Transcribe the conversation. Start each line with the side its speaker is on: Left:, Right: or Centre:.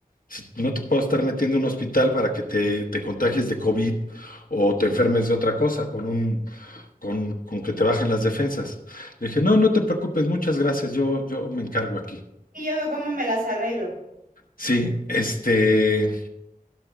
Left: Si- No te puedo estar metiendo en un hospital para que te, te contagies de COVID o te enfermes de otra cosa con un, con, con que te bajen las defensas. Le dije, no, no te preocupes, muchas gracias, yo, yo me encargo aquí.
Right: Y yo veo cómo me las arreglo.
Left: Sí, este,